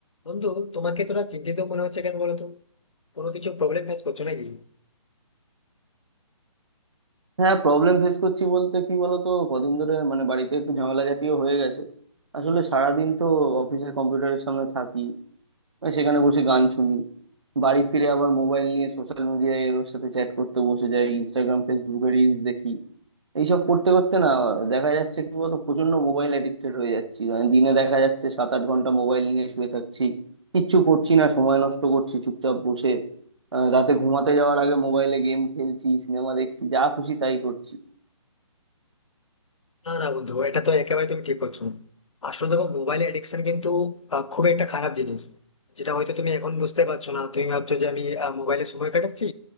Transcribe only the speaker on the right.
হ্যাঁ problem face করছি বলতে কি বলতো কদিন ধরে মানে বাড়িতে একটু ঝামেলা জাতীয় হয়ে গেছে আসলে সারাদিন তো অফিসের কম্পিউটারের সামনে থাকি আর সেখানে বসে গান শুনি বাড়ি ফিরে আবার মোবাইল নিয়ে সোশ্যাল মিডিয়ায় এর ওর সাথে চ্যাট করতে বসে যাই ইনস্টাগ্রাম ফেসবুকে রিলস দেখি এইসব করতে করতে না দেখা যাচ্ছে কি বলতো প্রচন্ড মোবাইল অ্যাডিক্টেড হয়ে যাচ্ছি মানে দিনে দেখা যাচ্ছে সাত আট ঘন্টা মোবাইল নিয়ে শুয়ে থাকছি কিচ্ছু করছি না সময় নষ্ট করছি চুপচাপ বসে আহ, রাতে ঘুমাতে যাওয়ার আগে মোবাইলে গেম খেলছি সিনেমা দেখছি যা খুশি তাই করছি